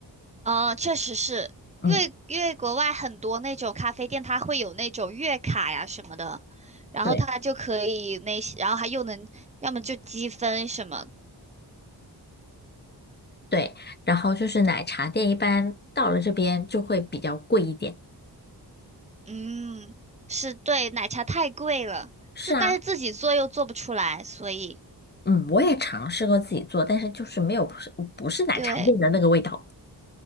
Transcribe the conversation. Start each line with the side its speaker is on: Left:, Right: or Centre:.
Right: 嗯，确实是因为因为国外很多那种咖啡店，
Left: 嗯，
Right: 它会有那种月卡呀什么的，然后它就可以那些，
Left: 对
Right: 然后还又能要么就积分什么，
Left: 对，然后就是奶茶店一般到了这边就会比较贵一点。
Right: 嗯，是对，奶茶太贵了，
Left: 是啊，
Right: 自但是自己做又做不出来，所以
Left: 嗯，我也尝试过自己做，但是就是没有不是不是奶茶店的那个味道。
Right: 对。